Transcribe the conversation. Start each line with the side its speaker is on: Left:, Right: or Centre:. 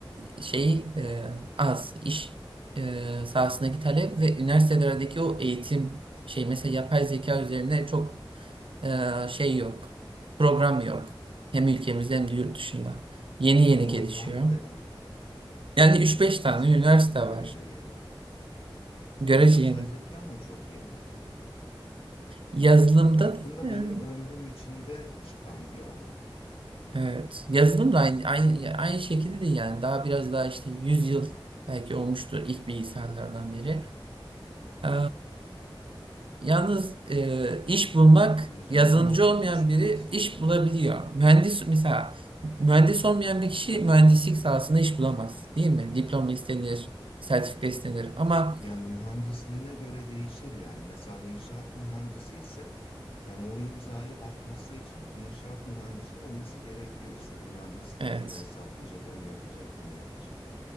Right: e, şey e, az iş e, sahasındaki talep ve üniversitelerdeki o eğitim şey mesela yapay zeka üzerine çok e, şey yok. Program yok. Hem ülkemizde hem de yurt dışında. Yeni
Left: Yo
Right: yeni gelişiyor.
Left: var bayağı.
Right: Yani üç
Left: E, yapay
Right: beş tane
Left: zeka
Right: üniversite
Left: görece
Right: var.
Left: yeni.
Right: Görece
Left: Gü- Yapay
Right: yeni.
Left: zeka ama çok yeni.
Right: Yazılımda
Left: Ya baktığında
Right: da yani
Left: benim ömrüm içinde çıkan bir alan.
Right: Evet. Yazılım da aynı, aynı, aynı şekilde değil yani. Daha biraz daha işte 100 yıl belki olmuştur ilk bilgisayarlardan beri. Eee, yalnız eee, iş bulmak
Left: Y- Yüzyıldan
Right: yazılımcı
Left: az olmuştur
Right: olmayan biri
Left: yazılım
Right: iş
Left: ya.
Right: bulabiliyor. Mühendis mesela mühendis olmayan bir kişi mühendislik sahasında iş bulamaz değil mi? Diploma istenir, sertifika istenir ama
Left: Yani mühendisliğine göre değişir yani mesela inşaat mühendisi ise yani o imzayı atması için inşaat mühendisi olması gerekiyor işte binanın statiğini
Right: evet.
Left: hesaplayacak onu yapacak bunu yapacak.